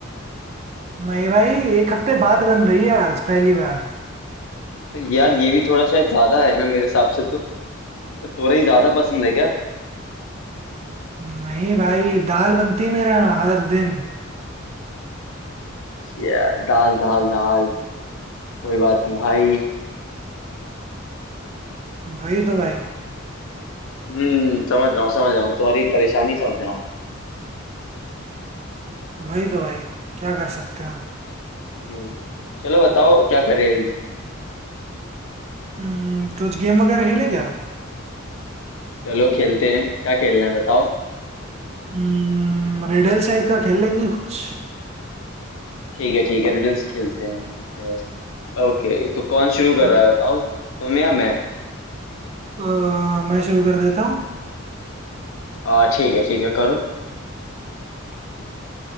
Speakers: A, on the right; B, on the left.
A: नहीं भाई एक हफ्ते बाद बन रही है आज पहली बार
B: तो यार ये भी थोड़ा शायद ज्यादा है ना मेरे हिसाब से तो, तो तोरई ज्यादा पसंद है क्या
A: नहीं भाई दाल बनती है मेरे यहाँ हर दिन
B: या, दाल दाल दाल कोई बात नहीं भाई
A: वही तो भाई
B: हाँ, हम्म समझ रहा हूँ समझ रहा हूँ तुम्हारी परेशानी समझ रहा हूँ
A: वही तो भाई क्या कर सकते हैं आप
B: हम्म, चलो बताओ क्या करें अभी
A: हम्म, कुछ गेम वगैरह खेलें क्या
B: चलो खेलते हैं क्या खेलना है बताओ
A: हम्म, रिडल्स टाइप का खेल लेंगे कुछ
B: ठीक है ठीक है रिडल्स खेलते हैं ठीक है ओके तो कौन
A: ठीक
B: शुरू कर
A: है भाई
B: रहा है बताओ तुम या मैं
A: अ, मैं शुरू कर देता हूँ
B: आ ठीक है ठीक है करो